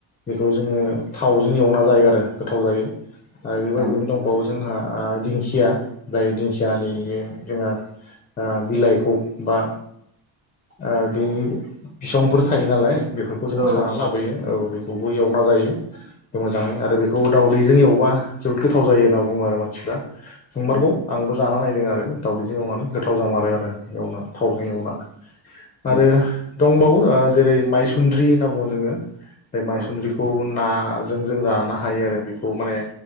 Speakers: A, on the left; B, on the right.
A: बेखौ जोङो थावजों एवना जायो आरो गोथाव जायो। आरो बेबायदिनो
B: औ औ
A: दंबावो जोंहा ओ दिंखिया जाय दिंखियानि बे जोंहा ओ बिलाइखौ बा ओ बेनि बिसंफोर थायो नालाय बेफोरखौ
B: औ
A: जों खानानै
B: औ
A: लाबोयो औ बेखौबो एवना जायो। मोजाङै आरो बेखौ दावदैजों एवबा जोबोद गोथाव जायो होनना बुङो आरो मानसिफ्रा। नंमारगौ
B: औ
A: आंबो जाना नायदों आरो। दावदैजों एवनानै गोथाव जामारो आरो एवना थावजों एवना
B: नंगौ
A: आरो दंबावो जेरै मायसुन्द्रि होनना बुङो जोङो बे मायसुन्द्रिखौ
B: औ
A: बे खौ नाजों जों जानो हायो आरो बेखौ माने